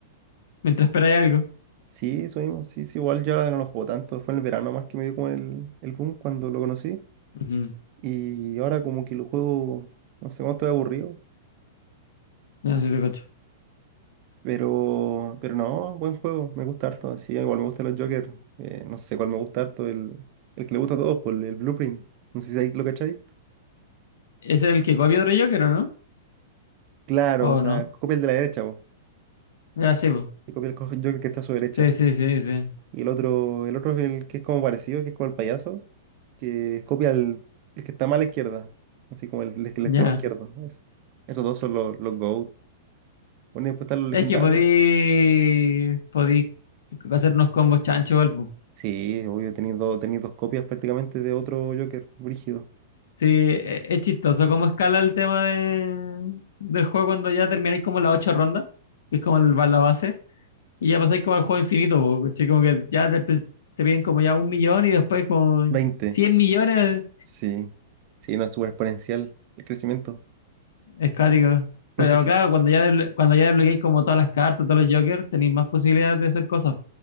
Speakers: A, on the left; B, on the right.
A: mientras esperáis algo.
B: Sí, eso mismo. Sí, sí, igual yo ahora no lo juego tanto. Fue en el verano más que me dio como el, el boom cuando lo conocí.
A: Ujú.
B: Y ahora como que lo juego, no sé cómo estoy aburrido,
A: No, sí te cacho.
B: pero, pero no, buen juego, me gusta harto. Sí, igual me gustan los Joker, eh, no sé cuál me gusta harto, el, el que le gusta a todos, por el, el Blueprint. No sé si ahí lo cachai.
A: Ese es el que copia otro Joker, ¿o no?
B: Claro,
A: ¿O
B: o sea,
A: no?
B: copia el de la derecha, vos.
A: Ya sí, po.
B: Se copia el co- Joker que está a su derecha.
A: Sí, sí, sí, sí.
B: Y el otro, el otro es el que es como parecido, que es como el payaso, que copia el, el que está más a la izquierda, así como el, el, el extremo
A: Ya.
B: izquierdo. es- Esos dos son los, los GOAT. Bueno, y después están los legendarios.
A: Es que podí, podí hacer unos combos chancho, igual,
B: Sí, obvio, tenéis dos, tenéis dos copias prácticamente de otro Joker, brígido.
A: Sí, e- es chistoso cómo escala el tema de- del juego cuando ya termináis como las ocho rondas, que es como el, va la base, y ya pasáis como al juego infinito, po, ¿cachai? como que ya te, pre- te piden como ya un millón y después como
B: Veinte,
A: 100 millones,
B: Sí. Sí, no es súper exponencial el crecimiento.
A: es cuático. Pero
B: No sé si.
A: claro, cuando ya, desblo- cuando ya desbloqueáis como todas las cartas, todos los jokers, tenéis más posibilidades de hacer cosas.